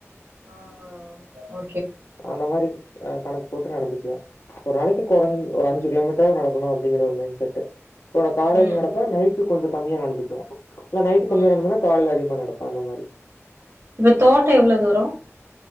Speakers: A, on the right; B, on the left.
A: ஆ ஓ
B: இப்ப அந்த மாரி ஆ கணக்கு போட்டு நடந்துக்குவே ஒரு நாளைக்கு கொற்ஞ்
A: ம்
B: ஒரு அஞ்சு கிலோமீ ட்ராவது நடக்கணு அப்டிங்கிற ஒரு மைண்ட் செட் எனக்கு காலைல
A: ம்
B: நடப்ப நைட்டு கொஞ்சோ கம்மியா நட <inaudible> இல்ல நைட்டு் கம்மியா
A: ம்
B: நடந்ததுன்னா காலைல அதிகமா நடப்ப அந்த மாரி.
A: இப்ப தோட்டோ எவ்ளோ தூரோ